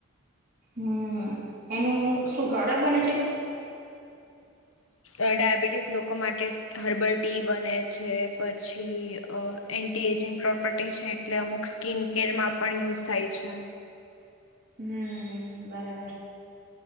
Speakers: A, on the right; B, on the left.
A: હમ્મ. એનું શું પ્રોડક બને છે કશે?
B: અહ ડાયાબિટીસ લોકો માટે હર્બલ ટી બને છે પર પછી અહ એન્ટી એજિંગ પ્રોપર્ટી છે, એટલે અમુક સ્કિન કેરમાં પણ યુઝ થાય છે
A: હમ્મ બરાબર.